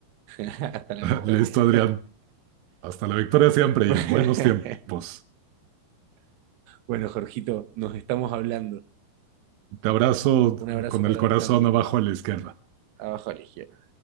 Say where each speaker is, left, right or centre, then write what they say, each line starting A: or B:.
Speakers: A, on the right; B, on the right.
A: Hasta la
B: <laughs>
A: victoria.
B: Listo, Adrián, hasta la victoria siempre
A: <laughs>
B: y buenos tiempos.
A: Bueno, Jorgito, nos estamos hablando.
B: Te abrazo
A: Un abrazo
B: con
A: para
B: el corazón
A: vos también.
B: abajo a la izquierda.
A: Abajo a la izquierda.